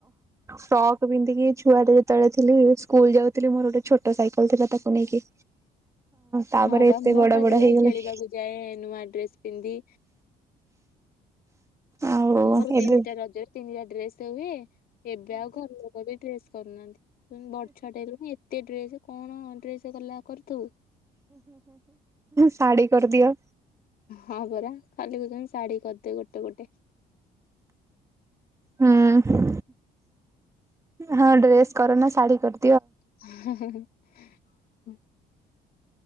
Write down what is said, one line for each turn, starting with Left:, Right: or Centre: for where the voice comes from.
Right: ଫ୍ରକ ପିନ୍ଧିକି ଛୁଆଟା ଯେତେବେଳେ ଥିଲି ସ୍କୁଲ ଯାଉଥିଲି ମୋର ଗୋଟେ ଛୋଟ ସାଇକେଲ ଥିଲା ତାକୁ ନେଇକି ତାପରେ
Left: ହଁ ବା
Right: ଏତେ
Left: ମୋ
Right: ବଡ
Left: ପା
Right: ବଡ
Left: ଡୋଳି
Right: ହେଇଗଲେଣି
Left: ଖେଳିବାକୁ ଯାଏ ନୂଆ ଡ୍ରେସ ପିନ୍ଧି
Right: ଆଉ
Left: ମୋର
Right: ଏବେ
Left: ତିନିଟା ରଜରେ ତିନିଟା ଡ୍ରେସ୍ ହୁଏ। ଏବେ ଆଉ ଘରଲୋକ ବି ଡ୍ରେସ କରୁନାହାନ୍ତି। ବଡ଼ ଛୁଆଟେ <unintelligible> ଏତେ ଡ୍ରେସ କଣ ଡ୍ରେସ ଗଲା କରୁଥୁବୁ।
Right: ଶାଢ଼ୀ କରିଦିଅ।
Left: ହଁ ପରା ଖାଲି କହୁଛନ୍ତି ଶାଢୀ କରିଦେ ଗୋଟେ ଗୋଟେ।
Right: ହୁଁ ହଁ ଡ୍ରେସ୍ କର ନା ଶାଢୀ କର
Left: <unintelligible> <unintelligible>